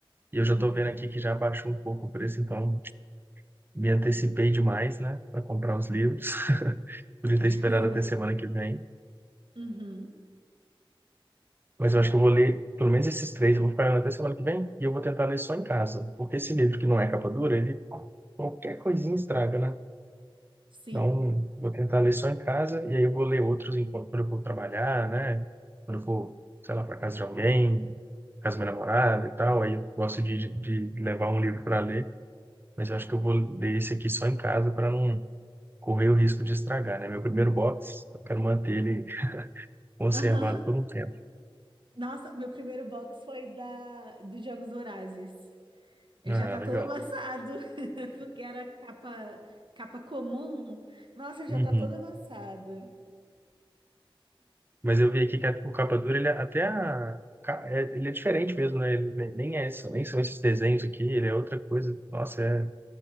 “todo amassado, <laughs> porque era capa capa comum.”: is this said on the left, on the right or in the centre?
Right